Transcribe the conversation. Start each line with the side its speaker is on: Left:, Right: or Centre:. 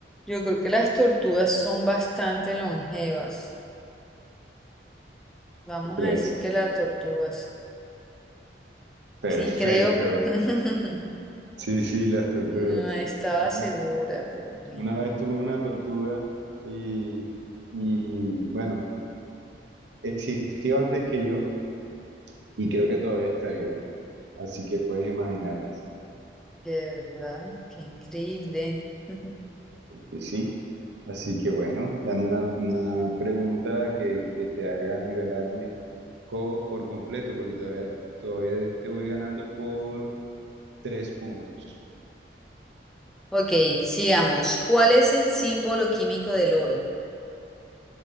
Centre: Yo creo que las tortugas son bastante longevas. Vamos
Right: Tres.
Centre: a decir que las tortugas.
Right: Perfecto.
Centre: Sí, creo. <laughs>
Right: Sí, sí, las tortugas.
Centre: No estaba
Right: Una,
Centre: segura, pero bueno,
Right: una vez tuve una tortuga y, y, bueno, existió antes que yo y creo que todavía está viva. Así que puedes imaginar,
Centre: de verdad, qué increíble. <laughs>
Right: sí. sí. Así que bueno, dame una, una pregunta que, que te haga nivelarme co- por completo, porque todavía, todavía te voy ganando por tres puntos.
Centre: Ok, sigamos. ¿Cuál es el símbolo químico del oro?